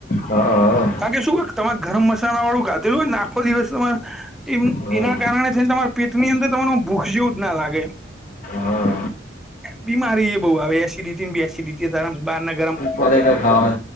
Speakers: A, on the left (about 45°); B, in the centre.
A: હા હા
B: બા કે શું? તમારે ગરમ મસાલા વાળું ગાધેલું હોય ને આખો દિવસ તમારે એ
A: હા
B: એના કારણે થઈને તમારા પેટની અંદર તમાર ભૂખ જેવું જ ના લાગે
A: હા
B: બીમારી એ બઉ આવે એસિડિટી ને બે એસિડિટી ત બાર ના
A: ફે ખાવા